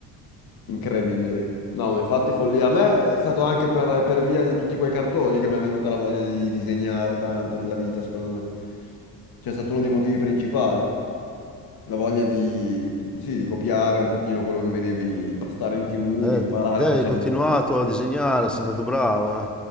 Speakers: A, on the left (about 55°); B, in the centre.
A: Incredibile. No, ma infatti follia. A me è stato anche per, per via di tutti quei cartoni che mi è venuta la voglia di disegnare tanto nella vita, secondo me. Cioè, è stato uno dei motivi principali. La voglia di, sì, di copiare un pochino quello che vedevi passare in TV,
B: Eh,
A: di imparare
B: te hai
A: facendo.
B: continuato a disegnare, sei stato bravo, eh.